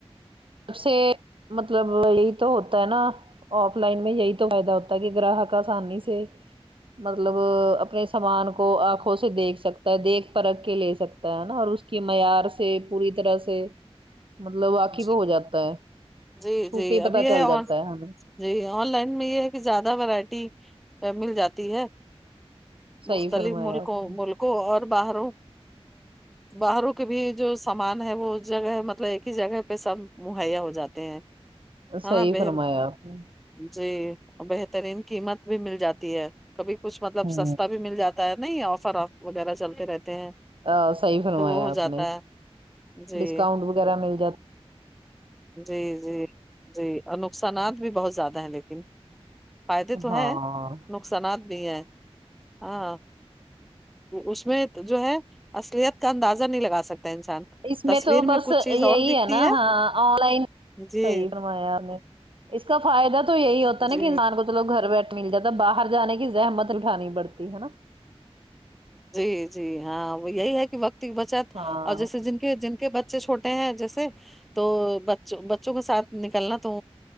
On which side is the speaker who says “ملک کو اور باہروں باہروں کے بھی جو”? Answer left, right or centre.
Centre